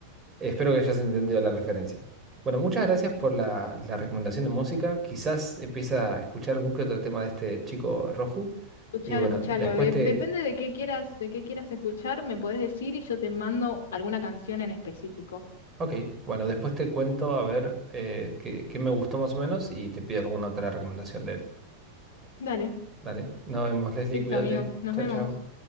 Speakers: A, on the right; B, on the left.
A: espero que hayas entendido la referencia. Bueno, muchas gracias por la, la recomendación de música. Quizás empiece a escuchar algún que otro tema de este chico Roju.
B: Escuchalo,
A: Y bueno,
B: escuchalo.
A: después
B: de-
A: te,
B: depende de qué quieras, de qué quieras escuchar, me podés decir y yo te mando alguna canción en específico.
A: Ok, bueno, después te cuento a ver eh, qué, qué me gustó más o menos y te pido alguna otra recomendación de él.
B: Dale,
A: Dale, nos vemos, Leslie,
B: listo,
A: cuídate.
B: amigo. Nos
A: Chao,
B: vemos.
A: chao.